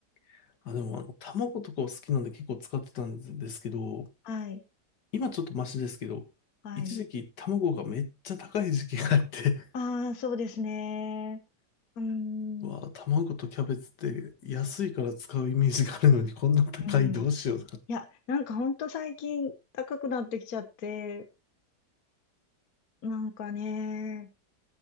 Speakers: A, on the left; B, on the left.
A: <laughs> あ、でもあの、卵とかを好きなんで結構使ってたんですけど、
B: はい。
A: 今ちょっとマシですけど、
B: はい。
A: 一時期卵がめっちゃ高い時期があって
B: ああ、そうですね。うん。
A: <laughs> うわあ、卵とキャベツって安いから使うイメージがあるのにこんな高いどうしよう。
B: うん。いや、なんかほんと最近高くなってきちゃって、なんかね、